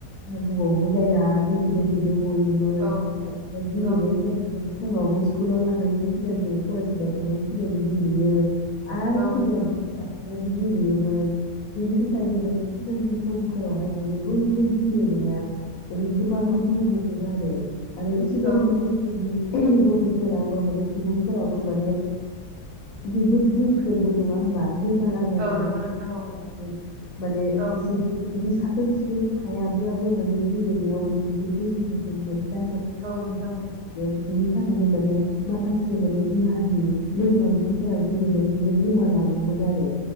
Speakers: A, on the left; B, on the right.
A: गोबावबो जाया दसे दसेनो गयोमोन
B: औ
A: ओमफ्राय गेलेनायफोर
B: औ
A: फुङावबो स्कुलाव थांनायनि सिगांनो फरायसालियाव थांनायनि सिगांनो गेलेयो आरो
B: औ
A: फैनानै
B: नोंथां औ
A: जानो गेलेयोमोन बिनि थाखायनो माने जोंनि समफोरावहाय माने बैफोर गेलेनाया माने गोबाङै
B: औ
A: दङमोन आरो। <inaudible> आरो सिगांनि
B: औ औ
A: समफोरनि गथ'फोराबो माने सुबुंफोराबो माने जोबोद गोख्रोंबो नङा होमबा? बेमार आजारजोंबो
B: औ नंगौ नोंथां औ
A: थायामोन माने
B: औ
A: बिदि साखोन सिखोन थायाब्लाबो माने गेलेनायाव माने बिसोर गोसो गुदुंमोन। <unintelligible>
B: औ नोंथां औ
A: बिनि थाखायनो माने माखासे माने देहानि लोरबांथिफोरा गेलेनायजोंनो गोमालाङोमोन आरो